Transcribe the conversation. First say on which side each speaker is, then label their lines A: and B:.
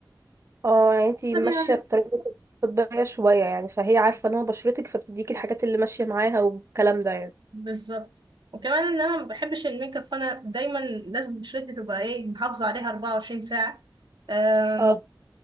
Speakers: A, on the right; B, on the right.
A: اه يعني انت ماشيه
B: طبيعي.
A: بطريقه طبيه شويه يعني فهي عارفه نوع بشرتك فبتديكي الحاجات اللي ماشيه معاها والكلام ده يعني
B: بالظبط وكمان ان انا ما بحبش الميك اب فانا دايما لازم بشرتي تبقى ايه محافظة عليها 24 ساعة أم...
A: اه